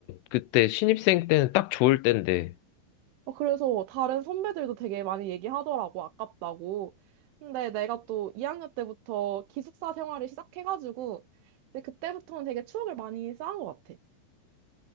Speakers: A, on the left (about 80°); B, on the right (about 75°).
A: 그때 신입생 때는 딱 좋을 때인데.
B: 어, 그래서 다른 선배들도 되게 많이 얘기하더라고, 아깝다고. 근데 내가 또 2학년 때부터 기숙사 생활을 시작해가지고, 이제 그때부터는 되게 추억을 많이 쌓은 것 같아.